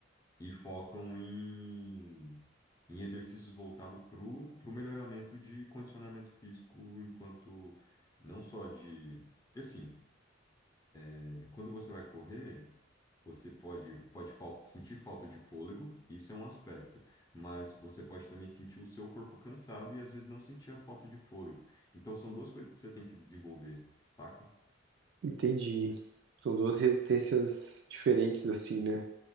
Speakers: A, on the left; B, on the right.
A: e focam em, em exercícios voltados para o melhoramento de condicionamento físico, enquanto não só de. Porque assim. É, Quando você vai correr, você pode, pode falta, sentir falta de fôlego, isso é um aspecto, mas você pode também sentir o seu corpo cansado e às vezes não sentir a falta de fôlego. Então são duas coisas que você tem que desenvolver, saca?
B: Entendi. São duas resistências diferentes, assim, né?